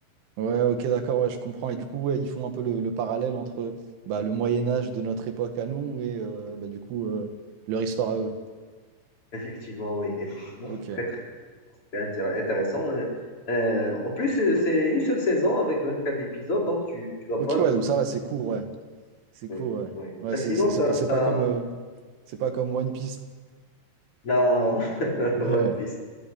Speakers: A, on the right (about 80°); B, on the left (about 30°).
A: ouais, ok, d'accord, ouais, je comprends. Et du coup, ouais, ils font un peu le, le parallèle entre bah, le Moyen-Âge de notre époque à nous et euh, bah, du coup, euh, leur histoire à eux.
B: Effectivement, oui, effectivement,
A: Ok.
B: c'est très très très intér- intéressant. Euh, euh, en plus, euh, c'est une seule saison avec 24 épisodes, donc tu tu vas
A: Ok,
B: pas
A: ouais,
B: te.
A: donc ça va, c'est court, ouais. C'est
B: Oui,
A: court, ouais.
B: oui.
A: Ouais,
B: Ah,
A: c'est
B: Sinon,
A: c'est- c'est
B: t'as,
A: pas, c'est
B: t'as...
A: pas comme, euh, c'est pas comme One Piece. <laughs>
B: Non, <laughs>
A: Ouais,
B: One Piece.